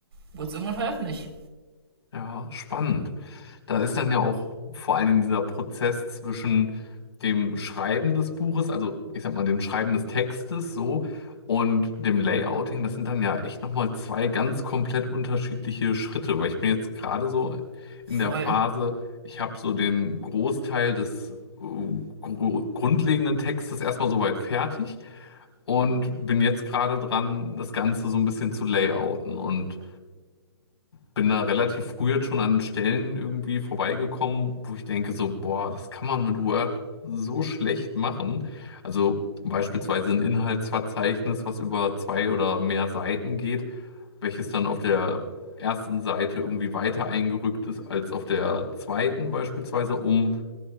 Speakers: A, on the right; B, on the left.
A: wurde es irgendwann veröffentlicht.
B: Ja, spannend. Da ist dann ja auch vor allen Dingen dieser Prozess zwischen dem Schreiben des Buches, also ich sag mal dem Schreiben des Textes so und dem Layouting, das sind dann ja echt nochmal zwei ganz komplett unterschiedliche Schritte, weil ich bin jetzt gerade so in der
A: Voll.
B: Phase, ich habe so den Großteil des äh, gru- grundlegenden Textes erstmal soweit fertig und bin jetzt gerade dran, das Ganze so ein bisschen zu layouten und bin da relativ früh jetzt schon an Stellen irgendwie vorbeigekommen, wo ich denke so, boah, das kann man mit Word so schlecht machen. Also beispielsweise ein Inhaltsverzeichnis, was über zwei oder mehr Seiten geht, welches dann auf der ersten Seite irgendwie weiter eingerückt ist als auf der zweiten beispielsweise, um,